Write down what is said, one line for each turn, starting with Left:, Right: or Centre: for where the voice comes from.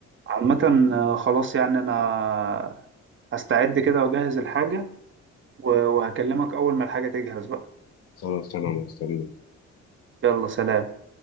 Right: عامة آه، خلاص يعني انا هستعد كده واجهز الحاجة و- وهكلمك اول ما الحاجة تجهز بقى
Left: خلاص أنا مستني
Right: يلا سلام